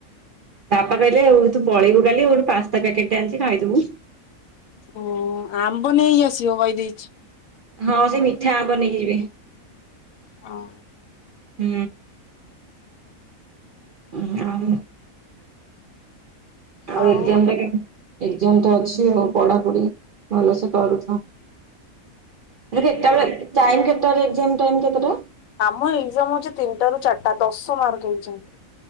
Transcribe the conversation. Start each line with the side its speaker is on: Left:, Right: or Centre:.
Right: ବାପା କହିଲେ ଆଉ ତୁ ପଳେଇବୁ କାଲି ଗୋଟେ ପାସ୍ତା ପ୍ୟାକେଟ୍ ଟେ ଆଣିଛି ଖାଇଦବୁ।
Left: ଓହ ଆମ୍ବ ନେଇ ଆସିବ କହି ଦେଇଛି।
Right: ହଁ ସେହି ମିଠା ଆମ୍ବ ନେଇକି ଯିବି।
Left: ହଁ।
Right: ହୁଁ। <unintelligible> ଆଉ
Left: ହଁ
Right: ଏକ୍ସମ୍ କେତ ଏକ୍ସମ୍ ଅଛି ଆଉ ପଢାପଢି ଭଲସେ କରୁଥାଅ। କେତଟା ବେଳେ ଟାଇମ୍ କେତେ ବେଳେ ଏକ୍ସାମ ଟାଇମ କେତେଟା?
Left: ଆମ ଏକ୍ଜାମ ହଉଛି ତିନିଟାରୁ ଚାରିଟା ଦଶ ମାର୍କ ଏକ୍ଜାମ।